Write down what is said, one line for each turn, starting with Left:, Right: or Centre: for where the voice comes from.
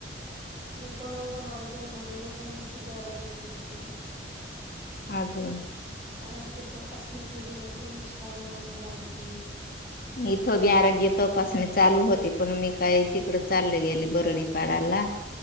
Right: मी पण अंगणवाडी दोन मध्ये वजन उंची घ्यायला गेली होती
Left: अजून
Right: आरोग्य तर अससणी केली होती श्याम्य मुलांची
Left: इथं बी आरोग्य तपासणी चालू होती पण मी काय तिकड चालले गेली बरडी पाड बला